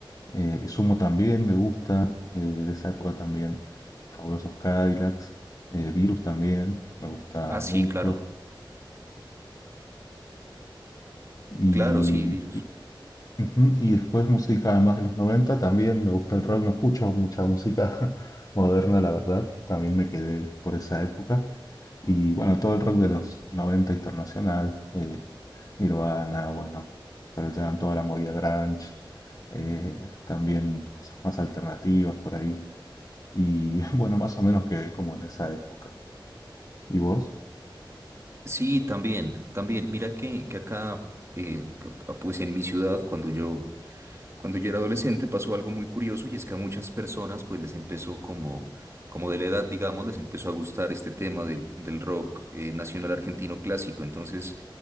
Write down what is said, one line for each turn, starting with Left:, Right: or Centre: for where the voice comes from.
Left: Eh, y sumo también me gusta, eh, de esa época también, los fabulosos Cadillacs, eh, Virus también, me gusta
Right: Ah, sí,
Left: mucho.
Right: claro.
Left: Y
Right: Claro, sí, Virus.
Left: Ujú, Y
Right: Y,
Left: después música además de los 90 también me gusta el rock, no escucho mucha música <laughs> moderna, la verdad, también me quedé por esa época. Y bueno, todo el rock de los 90 internacional, eh, Nirvana, bueno, pero Jam, toda la movida grunge, eh, también cosas más alternativas por ahí. Y <laughs> bueno, más o menos quedé como en esa época. ¿Y vos?
Right: sí, también, también. Mira que, que acá, eh, que- ah, pues en mi ciudad, cuando yo Cuando yo era adolescente pasó algo muy curioso y es que a muchas personas pues les empezó como, como de la edad, digamos, les empezó a gustar este tema del, del rock eh, nacional argentino clásico. Entonces,